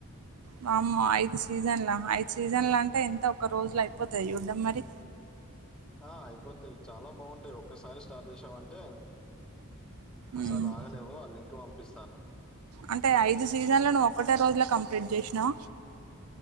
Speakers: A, on the right (about 80°); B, in the centre.
A: వామ్మో ఐదు సీజన్ల, ఐదు సీజన్ల అంటే ఎంత ఒక రోజులో అయిపోతయ చూడ్డం మరి
B: ఆ అయిపోతయి చాలా బావుంటయి ఒక్కసారి స్టార్ట్ చేసావంటే అసలు
A: మ్మ్.
B: ఆగలేవు ఆ లింక్ పంపిస్తాను
A: అంటే ఐదు సీజన్లు నువ్వు ఒక్కటే రోజుల కంప్లీట్ చేసినవ